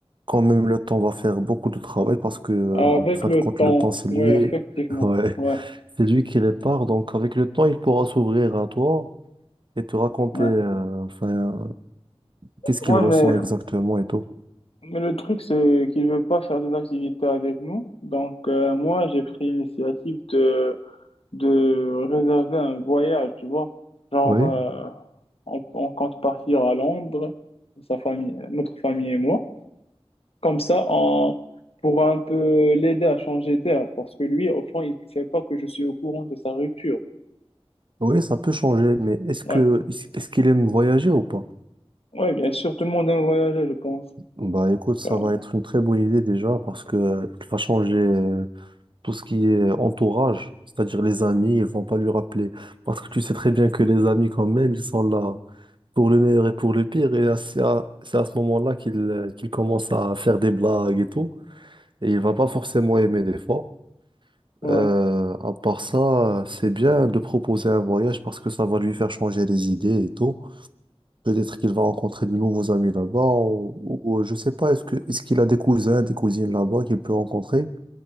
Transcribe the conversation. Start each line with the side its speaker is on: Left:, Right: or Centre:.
Right: quand même, le temps va faire beaucoup de travail parce que, euh,
Left: Avec
Right: en fin
Left: le
Right: de compte,
Left: temps,
Right: le temps, c'est
Left: ouais,
Right: lui.
Left: effectivement.
Right: <laughs> Ouais.
Left: Ouais,
Right: C'est lui qui répare, donc avec le temps, il pourra s'ouvrir à toi et te raconter
Left: ouais.
Right: euh, enfin, euh, qu'est-ce qu'il
Left: Ouais,
Right: ressent
Left: mais
Right: exactement et tout.
Left: Mais le truc, c'est qu'il veut pas faire des activités avec nous. Donc, euh, moi, j'ai pris l'initiative de, de réserver un voyage, tu vois. Genre,
Right: Oui,
Left: euh, on, on compte partir à Londres, sa famille, notre famille et moi. Comme ça, on pourra un peu l'aider à changer d'air. Parce que lui, au fond, il ne sait pas que je suis au courant de sa rupture.
Right: oui, ça peut changer, mais est-ce
Left: Ouais,
Right: que est-ce qu'il aime voyager ou pas?
Left: ouais, bien sûr, tout le monde aime voyager, je pense.
Right: Bah écoute, ça
Left: Enfin,
Right: va être une très bonne idée déjà parce que euh, il va changer euh, tout ce qui est entourage, c'est-à-dire les amis, ils vont pas lui rappeler. Parce que tu sais très bien que les amis quand même, ils sont là pour le meilleur et pour le pire, et à- c'est à, c'est à ce moment-là qu'il euh, qu'il commence à faire des blagues et tout. et il va pas forcément aimer l'effort.
Left: ouais.
Right: Euh, à part ça, c'est bien de proposer un voyage parce que ça va lui faire changer les idées et tout. Peut-être qu'il va rencontrer de nouveaux amis là-bas ou, ou- ou je sais pas, est-ce que est-ce qu'il a des cousins, des cousines là-bas qu'il peut rencontrer,